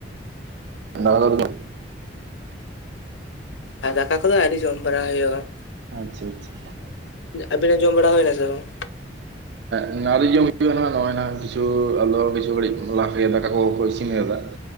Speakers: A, on the right (about 60°); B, on the left (about 85°).
A: ᱮᱸ <unintelligible>
B: ᱟᱨ ᱫᱟᱠᱟ ᱠᱚᱫᱚ ᱟᱹᱰᱤ ᱡᱚᱢ ᱵᱟᱲᱟ ᱦᱩᱭᱩᱜᱼᱟ᱾
A: ᱟᱪᱪᱷᱟ ᱟᱪᱪᱷᱟ
B: ᱟᱵᱤᱱᱟᱜ ᱡᱚᱢ ᱵᱟᱲᱟ ᱦᱩᱭᱱᱟ ᱥᱮ ᱵᱟᱝ?
A: ᱦᱮᱸ ᱚᱱᱟᱤ ᱡᱚᱢ ᱦᱩᱭᱩᱜᱼᱟ ᱦᱚᱸ ᱱᱚᱜᱼᱚᱭ ᱱᱟ ᱠᱤᱪᱷᱩ ᱟᱫᱚ ᱠᱤᱪᱷᱩ ᱜᱷᱟᱹᱲᱤᱡ ᱞᱟᱦᱭᱟ ᱫᱟᱠᱟ ᱠᱚᱠᱚ ᱤᱥᱤᱱ ᱠᱟᱫᱟ᱾